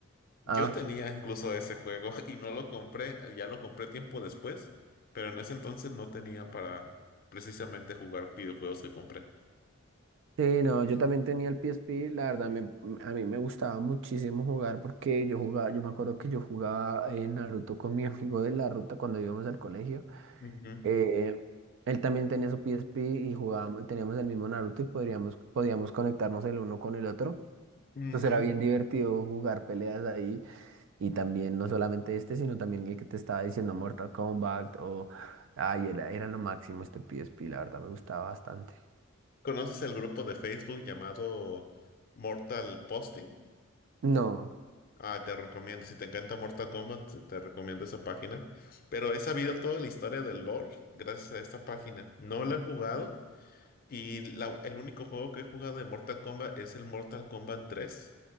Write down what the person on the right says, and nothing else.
Ah,
Sí, no, yo también tenía el PSP, la verdad me- a mí me gustaba muchísimo jugar porque yo jugaba, yo me acuerdo que yo jugaba eh, Naruto con mi amigo de la ruta cuando íbamos al colegio.
Eh, él también tenía su PSP y jugábamos, teníamos el mismo Naruto y podríamos, podíamos conectarnos el uno con el otro.
Entonces era bien divertido jugar peleas ahí y también no solamente este, sino también el que te estaba diciendo Mortal Kombat o... Ay, era, era lo máximo este PSP, la verdad me gustaba bastante.
No.